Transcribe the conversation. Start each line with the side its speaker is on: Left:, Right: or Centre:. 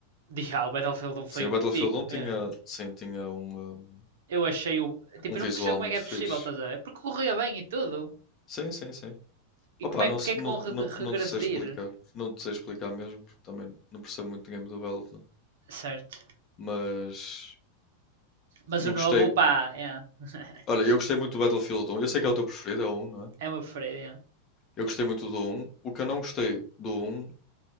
Right: Já, o Battlefield um foi
Left: Sim, o
Right: o
Left: Battlefield
Right: pico
Left: 1
Right: mesmo.
Left: tinha, sim, tinha um, um,
Right: Eu achei o. Tipo,
Left: um visual
Right: eu não percebo como
Left: muito
Right: é que é
Left: fixe.
Right: possível, estás a ver? Porque corria bem e tudo.
Left: Sim, sim, sim.
Right: E
Left: Opa,
Right: como é
Left: não,
Right: que, porque
Left: se-
Right: é que
Left: não,
Right: vão re-
Left: não, não
Right: regredir?
Left: te sei explicar. Não te sei explicar mesmo, porque também não percebo muito de game development.
Right: Certo.
Left: Mas
Right: Mas
Left: eu
Right: o
Left: gostei.
Right: novo, pá, é. <laughs>
Left: Olha, eu gostei muito do Battlefield 1. Eu sei que é o teu preferido, é o um não é?
Right: É uma preferida, é.
Left: Eu gostei muito do um O que eu não gostei do um